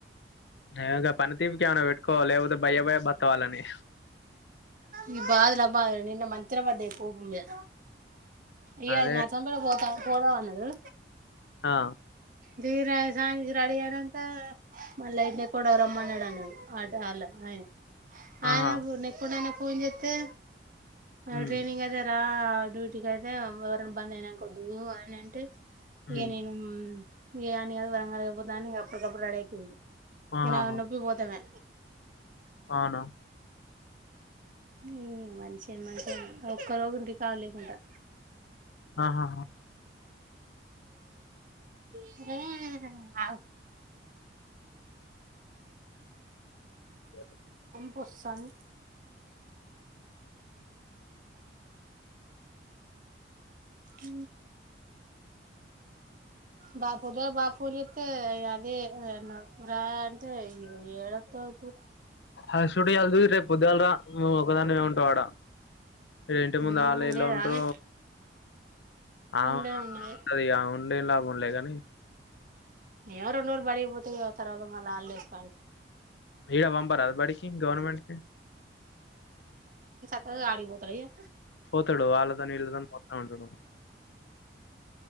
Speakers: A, on the left; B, on the right.
A: ఏకా పనతీపుకివనా వెట్ కో లేకపోతే బయ్య భయ బతవాలని
B: ఈ బాధల నిన్న మంచర పడ్డాయి కోపుమీద ఇ
A: అదే
B: ఆదు చంపన పోత పోదా ఉన్నరు
A: ఆ
B: దీర సాయంత అెడిీ అయినాక మళ్ళీ అంటి కొడవ రమ్మన్నాడున్నాడు వాళ్ళ ఆయన ఆయన
A: ఆహా
B: పూ న ఎప్పుడైనా ఫోన్ చేత్తె అర
A: ఉమ్
B: ట్రినింగ్ అదేరా ఆ డ్యూటీకి అయితే ఎవరనా బంద్ అయినాకద్దు అని అంటే
A: ఉమ్
B: ఏనేను ఇయానీ అది వరంగ ఇప్పుడుతా అప్పుడుకప్పుడు రేడి అయిపోయింది
A: ఆహాహా
B: ఇనా నొబ్బి పోతమే
A: అవునా
B: ఈ మనిషే మంచి ఒక్క రోజు ఉంటే కాలీగ లేకుండా
A: ఆహాా
B: హ అవు
A: అ
B: బొస్సన్ అ బాపుుద బాపుునిత్తే అదే అన్నాం రా అంటే ఇడ ఏళ తాకు
A: అ సుడి వెల్దు రేపు పొద్దులరా మ ఒకదాన్ని ఉంటా అడా ఇంటి ముందు
B: మ్మ్
A: ఆాల ఇలు
B: లేదా
A: ఉండరు
B: ఆమె
A: అవువుంటది
B: ఉండనే ఉన్నది
A: అవు ఉండే లాభమేలే గానీ
B: ఎవరున్నోరు బడి పోతేవతరవా మళ వాళ్ళే ఎస్త
A: ఇడ వంబరా బడికి గవర్నమెంట్ కి
B: అ అడిపోత ఇయా
A: పోతాడు వాళ్ళతోని ఇళ్ళతోని పోత ఉంటాడు